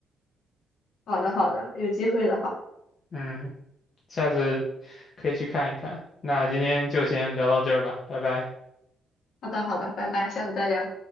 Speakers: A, on the left; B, on the left.
A: <laughs> 好的，好的，有机会的话，
B: 嗯，下次可以去看一看。那今天就先聊到这儿吧，拜拜。
A: 好的，好的，拜拜，下次再聊。